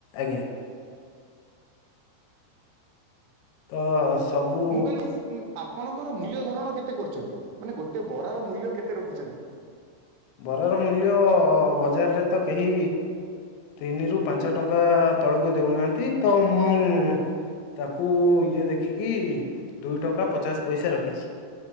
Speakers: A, on the left; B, on the right.
A: ଆଜ୍ଞା, ତ ସବୁ
B: ମୁଁ କହିଲି ଆପଣଙ୍କର ମୂଲ୍ୟ ଧରଣ କେତେ କରୁଛନ୍ତି ମାନେ ଗୋଟେ ବରାର ମୂଲ୍ୟ କେତେ ରଖିଛନ୍ତି‌?
A: ବରର ମୂଲ୍ୟ ବଜାରରେ ତ କେହି ତିନିରୁ ପାଞ୍ଚ ଟଙ୍କା ତଳକୁ ଦଉନାହାନ୍ତି ତ ମୁଁ ତାକୁ ଇଏ ଦେଖିକି ଦୁଇ ଟଙ୍କା ପଚାଶ ପଇସା ରଖିଛି।